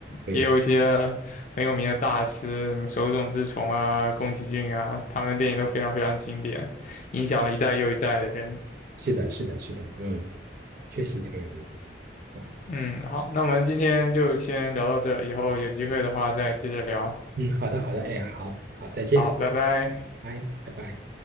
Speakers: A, on the right (about 50°); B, on the left (about 40°).
A: 对，
B: 也有一些很有名的大师，什么手冢治虫啊、宫崎骏啊，他们电影都非常非常经典，影响了一代又一代的人。
A: 是的，是的，是的，嗯，确实这个样子啊，
B: 嗯，好，那我们今天就先聊到这，以后有机会的话再接着聊。
A: 嗯，好的，好的，哎，好好，再见，
B: 好，拜拜。
A: 拜拜拜。